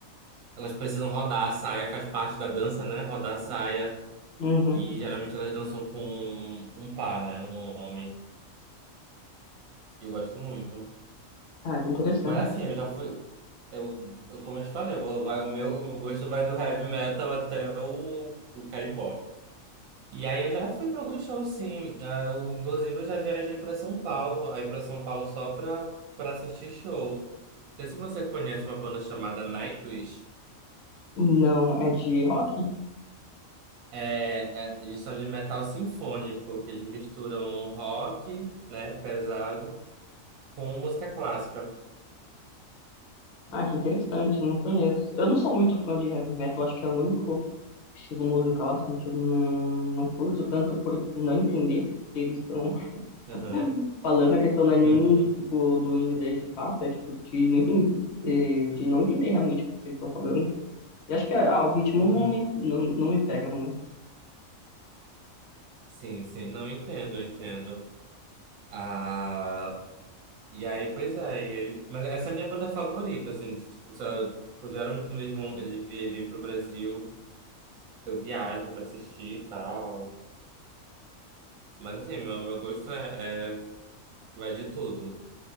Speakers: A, on the right; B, on the left.
A: elas precisam rodar a saia, faz parte da dança, né? Rodar a saia.
B: Uhum.
A: E geralmente elas dançam com um par, né? Um homem. E eu gosto muito.
B: Ah, que interessante.
A: Mas assim, eu já fui. Eu, eu- como eu te falei, eu vou, vai, o meu, o meu gosto vai do heavy metal até o, o carimbó. E aí eu já fui pra alguns shows, sim. Ah, eu, inclusive, eu já viajei pra São Paulo. Aí pra São Paulo só pra, pra assistir show. Não sei se você conhece uma banda chamada Nightwish.
B: Não, é de rock?
A: É, é, eles são de metal sinfônico, que eles misturam rock, né, pesado, com música clássica.
B: Ah, que interessante, não conheço. Eu não sou muito fã de heavy metal, acho que é o único estilo musical assim que eu não, não curto tanto por não entender o que eles estão <laughs>
A: Aham,
B: falando. A questão não é nem
A: uhum,
B: tipo do inglês de fato, é tipo de não entender, de não entender realmente o que eles estão falando. E acho que ah, o ritmo
A: uhum.
B: não me, não, não me pega muito.
A: Sim, sim, não entendo, eu entendo. Ah, e aí, pois é, e ele- mas essa é a minha banda favorita, assim, tipo, se eu- geralmente quando eles vão, eles vêm vêm pro Brasil, eu viajo pra assistir e tal. Mas assim, meu, meu gosto é, é, vai de tudo.